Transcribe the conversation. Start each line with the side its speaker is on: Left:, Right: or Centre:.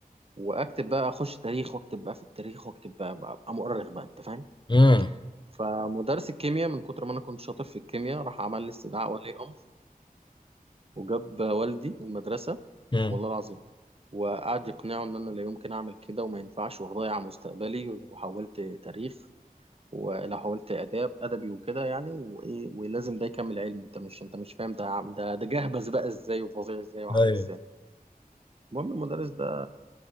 Right: واكتب بقى اخش تاريخ واكتب بقى في التاريخ واكتب بقى بقى- ابقى مؤرخ بقى انت فاهم
Left: مم.
Right: فمدرس الكيمياء من كتر ما انا كنت شاطر في الكيمياء راح عمل لي استدعاء ولي امر وجاب والدي المدرسه
Left: مم.
Right: والله العظيم وقعد يقنعه ان انا لا يمكن اعمل كده وما ينفعش وهضيع مستقبلي ولو حولت تاريخ ولو حولت اداب ادبي وكده يعني وايه ولازم ده يكمل علم انت مش انت مش فاهم ده عم- ده ده جهبذ بقى ازاي وفظيع ازاي وعامل
Left: ايوه
Right: ازاي المهم المدرس ده